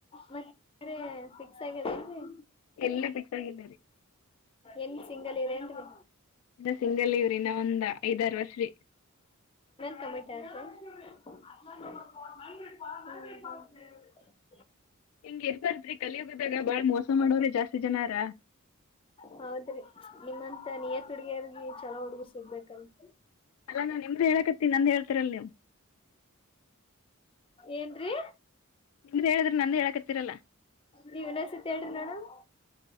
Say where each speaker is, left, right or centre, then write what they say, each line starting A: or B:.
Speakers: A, on the left (about 25°); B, on the left (about 70°).
A: ಮತ್ತೆ ಫಿಕ್ಸ್ ಆಗೇದ ಏನ್ರೀ.
B: ಇಲ್ಲಾ ಫಿಕ್ಸ್ ಆಗಿಲ್ಲರಿ.
A: ಏನ್ ಸಿಂಗಲ್ ಇರಿ ಏನ್ರೀ.
B: ಇನ್ನ ಸಿಂಗಲ್ ಇವರೆ ನಾವ ಇನ್ನ ಒಂದ ಐದಾರ ವರ್ಷೀ.
A: ಕಮೀಟಿ ಅತಯೇನ್ರಿ ಹ್ಮ್ ಹ್ಮ್.
B: ಹಿಂಗ ಇರಬಾರದರಿ ಕಲಿಯೋಗ್ದಾಗ ಬಾಳ್ ಮೋಸ ಮಾಡವ್ರ ಜಾಸ್ತಿ ಜನಾರ.
A: ಹೌದ್ರಿ ನಿಮ್ಮಂತ ನಿಯತ್ ಹುಡುಗಿಯರಿಗೆ ಛಲೋ ಹುಡುಗಿ ಸಿಗ್ಬೇಕಲ್ರಿ.
B: ಅಲ್ಲ ನಾ ನಿಮ್ದು ಹೇಳಕತ್ತೆನ ನಂದ್ ಹೇಳ್ತಿರಲ್ಲ ನೀವು.
A: ಏನ್ರೀ.
B: ನಿಮ್ದ ಹೇಳಿದ್ರೆ ನಂದ ಹೇಳಕತ್ತೀರಲ್ಲ.
A: ನೀವ್ ಇನ್ನೊಂದ್ ಸತಿ ಹೇಳ್ರಿ ನೋಡಮ್